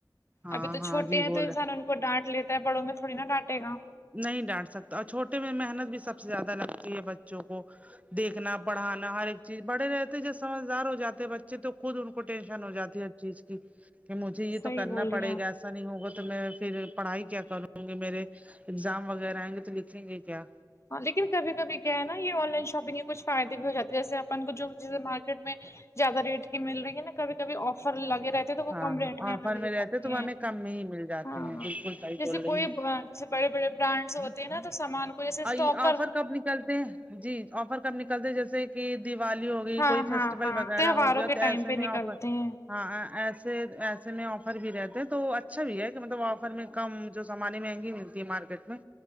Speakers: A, on the right; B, on the left.
A: ہاں
B: ابھی تو
A: ہاں
B: چھوٹے
A: جی
B: ہیں
A: بولے
B: تو انسان ان کو ڈانٹ لیتا ہے بڑوں میں تھوڑی نا ڈانٹے گا
A: نہیں ڈانٹ سکتا اور چھوٹے میں محنت بھی سب سے زیادہ لگتی ہے بچوں کو دیکھنا پڑھانا ہر ایک چیز بڑے رہتے جب سمجھدار ہو جاتے بچے تو خود ان کو ٹینشن ہو جاتی ہر چیز کی کہ مجھے یہ
B: صحیح
A: تو کرنا
B: بول رہی
A: پڑے
B: ہیں آپ
A: گا ایسا نہیں ہوگا تو میں پھر پڑھائی کیا کروں گی میرے اگزام وغیرہ آئیں گے تو لکھیں گے کیا
B: ہاں لیکن کبھی کبھی کیا ہے نا یہ آن لائن شاپنگ کے کچھ فائدے بھی ہو جات ہیں جیسے اپن کو جو بھی چیزیں مارکیٹ میں زیادہ ریٹ کی مل رہی ہے نا کبھی کبھی آفر لگے رہتے تو وہ
A: ہاں
B: کم
A: ہاں
B: ریٹ میں ہمیں
A: آفر
B: مل جاتی
A: رہتے تو وہ
B: ہے
A: ہمیں کم میں ہی مل جاتے
B: ہاں
A: ہیں
B: ہاں
A: بالکل صحیح
B: جیسے
A: بول رہی
B: کوئی
A: ہیں
B: بڑے بڑے برانڈس ہوتے ہیںا تو سامان کو اسٹاک
A: ا
B: کر
A: آفر کب نکلتے ہیں جی آفر کب نکلتے جیسے کہ دیوالی ہو گئی
B: ہاں
A: کوئی
B: ہاں
A: فیسٹیول
B: ہاں
A: وغیرہ
B: تہواروں
A: ہو گیا
B: کے
A: تو
B: ٹائم
A: ایسے
B: پہ
A: میں
B: نکلتے
A: آفر
B: ہیں
A: ہاں ایسے ایسے میں آفر بھی رہتے ہیں تو اچھا بھی ہے کہ مطلب آفر میں کم جو سامان مہنگی ملتی ہے مارکیٹ میں